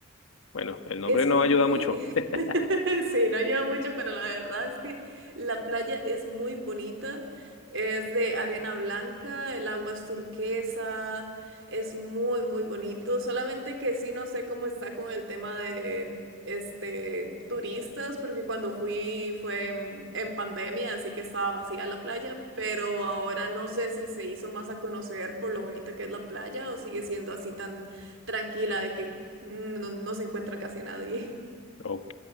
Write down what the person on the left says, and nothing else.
bueno, el nombre
no
ayuda mucho. <laughs>
Ok,